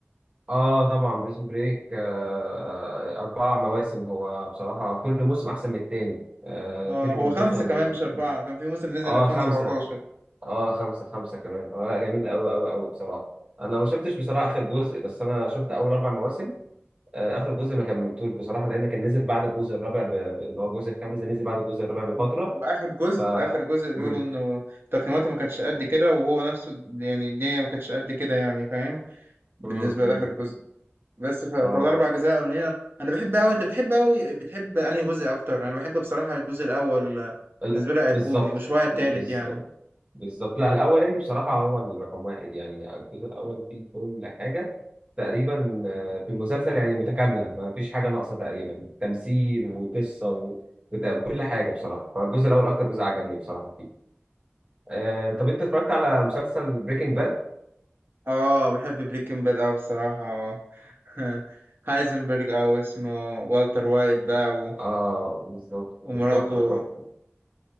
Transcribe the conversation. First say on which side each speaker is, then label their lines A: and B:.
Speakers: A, on the right; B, on the right.
A: آه طبعا بريزون بريك آه اربع مواسم هو بصراحه كل موسم احسن من التاني آه
B: اه
A: فكره
B: هو
A: المسلسل
B: خمسة كمان مش أربعة كان في موسم نزل
A: اه
B: 2017
A: خمسه اه خمسه خمسه كمان اه لا جميل قوي قوي قوي بصراحه انا ما شفتش بصراحه اخر جزء بس انا شفت اول اربع مواسم آه اخر جزء ما كملتوش بصراحه لان كان نزل بعد الجزء الرابع ب... ب- اللي هو الجزء الخامس ده نزل بعد الجزء الرابع بفتره
B: و- وآخر جزء
A: ف
B: آخر جزء بيقولوا
A: مم.
B: إنه تقييماته ما كانتش قد كده وهو نفسه يعني الدنيا ما كانتش قد كده يعني فاهم بالنسبة
A: مم.
B: لآخر جزء بس ف- فالاربع
A: اه
B: اجزاء الاولانيه انا بحب قوي انت بتحب قوي بتحب انهي جزء اكتر انا بحب بصراحه الجزء الاول آه،
A: ال-
B: بالنسبه لي ايقوني
A: بالظبط
B: وشويه التالت
A: بالظبط
B: يعني
A: بالظبط لا الاول يعني بصراحه هو الرقم واحد يعني الجزء الاول فيه كل حاجه تقريبا آه، في المسلسل يعني متكامله ما فيش حاجه ناقصه تقريبا تمثيل وقصه و- وت- وكل حاجه بصراحه فالجزء الاول اكتر جزء عجبني بصراحه فيه آه طب انت اتفرجت على مسلسل بريكنج باد
B: اه بحب بريكنج باد قوي بصراحه آه. <laughs> هايزنبرج او اسمه والتر وايت بقى و-
A: اه بالظبط
B: ومراته
A: تحفه تحفه